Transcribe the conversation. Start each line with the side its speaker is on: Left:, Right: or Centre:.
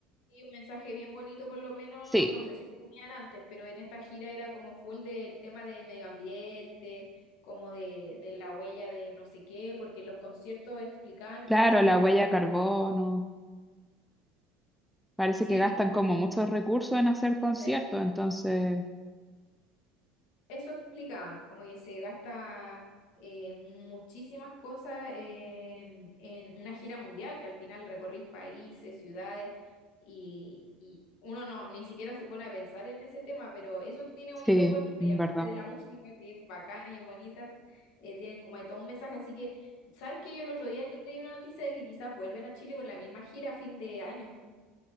Left: y un mensaje bien bonito por lo menos,
Centre: Sí,
Left: no sé si lo tenían antes, pero en esta gira era como full del tema de medio ambiente, como de, de la huella de no sé qué, porque los conciertos explicaban
Centre: claro,
Left: que al final...
Centre: la huella de carbono. Parece
Left: Sí,
Centre: que gastan como muchos recursos en hacer conciertos,
Left: eh,
Centre: entonces,
Left: eso explicaban, como que se gasta eh, muchísimas cosas em, en una gira mundial, que al final recorrís países, ciudades, y, y uno no, ni siquiera se pone a pensar en ese tema, pero eso tiene
Centre: sí,
Left: bonito Coldplay,
Centre: en
Left: aparte
Centre: verdad.
Left: de la música, que es bacana y es bonita, eh, tienen como ahí todo un mensaje, así que, ¿sabes qué? Yo el otro día leí una noticia de que quizás vuelven a Chile con la misma gira a fin de año.